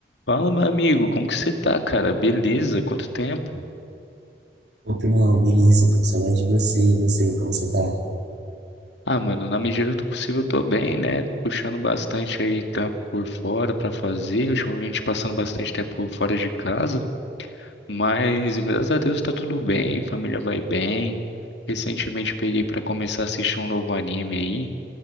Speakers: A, on the left; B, on the right.
A: Fala, meu amigo, como que você tá, cara? Beleza? Quanto tempo?
B: Ô, primão, beleza, tô com saudade de você. E você, como você tá?
A: Ah, mano, na medida do possível eu tô bem, né? Puxando bastante aí trampo por fora pra fazer, ultimamente passando bastante tempo fora de casa, mas graças a Deus tá tudo bem, família vai bem. Recentemente peguei pra começar a assistir um novo anime aí.